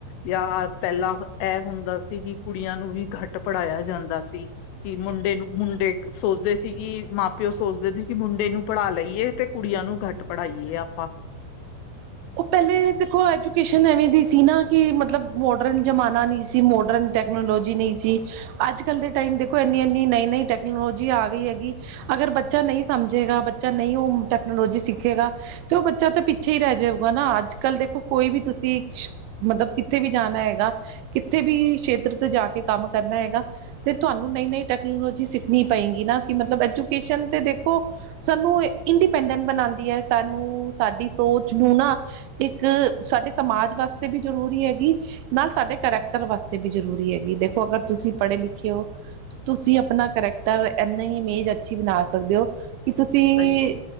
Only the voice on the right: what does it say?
ਉਹ ਪਹਿਲੇ ਦੇਖੋ ਐਜੂਕੇਸ਼ਨ ਐਵੇਂ ਦੀ ਸੀ ਨਾ ਕਿ ਮਤਲਬ ਮੋਡਰਨ ਜਮਾਨਾ ਨਹੀਂ ਸੀ ਜੀ ਮੋਡਰਨ ਟੈਕਨੋਲੋਜੀ ਨਹੀਂ ਸੀ ਅੱਜ ਕੱਲ ਦੇ ਟਾਈਮ ਦੇਖੋ ਇੰਨੀ ਇੰਨੀ ਨਈ ਨਈ ਟੈਕਨੋਲੋਜੀ ਆ ਗਈ ਹੈਗੀ ਅਗਰ ਬੱਚਾ ਨਹੀਂ ਸਮਝੇਗਾ ਬੱਚਾ ਨਹੀਂ ਉਹ ਟੈਕਨੋਲੋਜੀ ਸਿੱਖੇਗਾ ਤੇ ਉਹ ਬੱਚਾ ਤਾਂ ਪਿੱਛੇ ਹੀ ਰਹਿ ਜਾਉ ਗਾ ਨਾ ਅੱਜ ਕੱਲ੍ਹ ਦੇਖੋ ਕੋਈ ਵੀ ਤੁਸੀਂ ਮਤਲਬ ਕਿੱਥੇ ਵੀ ਜਾਣਾ ਹੈਗਾ ਕਿੱਥੇ ਵੀ ਸ਼ੇਤਰ ਤੇ ਜਾ ਕੇ ਕੰਮ ਕਰਨਾ ਹੈਗਾ ਤੇ ਤੁਹਾਨੂੰ ਨਈ ਨਈ ਟੈਕਨੋਲੋਜੀ ਸਿੱਖਣੀ ਪਏਗੀ ਨਾ ਕਿ ਮਤਲਬ ਐਜੂਕੇਸ਼ਨ ਤੇ ਦੇਖੋ ਸਾਨੂੰ ਇੰਡੀਪੈਂਡੈਂਟ ਬਣਾਉਂਦੀ ਏ ਸਾਨੂੰ ਸਾਡੀ ਸੋਚ ਨੂੰ ਨਾ ਇੱਕ ਸਾਡੇ ਸਮਾਜ ਵਾਸਤੇ ਵੀ ਜ਼ਰੂਰੀ ਹੈਗੀ ਨਾਲ ਸਾਡੇ ਕਰੈਕਟਰ ਵਾਸਤੇ ਵੀ ਜ਼ਰੂਰੀ ਹੈਗੀ, ਦੇਖੋ ਅਗਰ ਤੁਸੀਂ ਪੜ੍ਹੇ ਲਿਖੇ ਹੋ ਤੁਸੀਂ ਆਪਣਾ ਕਰੈਕਟਰ ਐਨਾ ਇਮੇਜ ਅੱਛੀ ਬਣਾ ਸਕਦੇ ਹੋ ਕਿ ਤੁਸੀਂ,